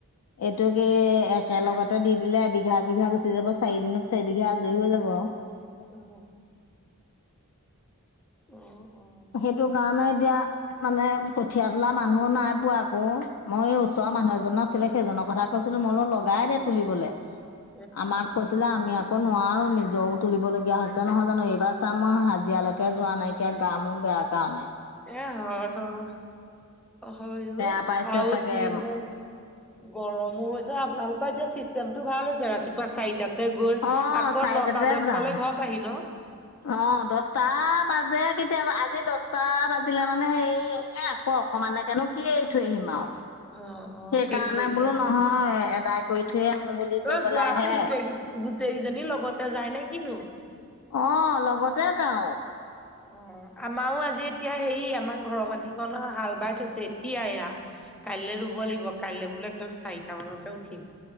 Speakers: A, on the left; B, in the centre.
A: এইটো কি একেলগতে দি দিলে বিঘা বিঘা গুচি যাব চাৰি দিনত চাৰি বিঘা আজুৰি হৈ যাব আৰু
B: উম অ অ,
A: সেইটো কাৰনে এতিয়া, মানে কঠিয়া তোলা মানুহো নাই পোৱা আকৌ মই এই ওচৰৰ মানুহ এজন আছিলে সেইজনৰ কথা, কৈছিলো মই বোলো লগাই দে তুলিবলৈ,
B: <inaudible>
A: আমাক, কৈছিলে আমি আকৌ নোৱাৰো নিজৰও তুলিবলগীয়া হৈছে নহয় জানো এইবাৰ চাম মই হাজিৰালৈকে যোৱা নাইকিয়া কে, কামো বেয়া কাৰণে।
B: এ হয় হয় হয়
A: বেয়া পাইছে
B: আৰু
A: চাগে
B: যিহে, গৰমো হৈ যায় আপোনালোকৰ এতিয়া চিষ্টেমটো ভাল হৈছে ৰাতিপুৱা চাৰিটাত। তা গৈ
A: অ
B: আকৌ
A: চাৰিটাতে
B: নটা দছটালৈ
A: যাওঁ
B: ঘৰ পাই সি ন,
A: অ দছটা বাজে কেতিয়াবা আজি দহটা বাজিলে মানে হেৰি এক, অ অকমান কেনো কি এৰি থৈ আহিম আৰু
B: অ, অ',
A: সেইকাৰণে
B: শেষ কৰি থৈ
A: বোলো
B: আহা।
A: নহয় এদাই কৰি থৈয়ে আহো বুলি, কৈ
B: অ
A: পেলাইহে
B: যোৱাতো গোটেই গোটেই কেইজনী লগতে যায় নে কিনো।
A: অ লগতে যাও,
B: অ আমাৰো আজি এতিয়া হেৰি আমাৰ ঘৰৰ মাটিক হাল বাই থৈছে এতিয়া এয়া, কাইলৈ ৰুব লাগিব কাইলৈ বোলে একদম চাৰিটা মানতে উঠিম।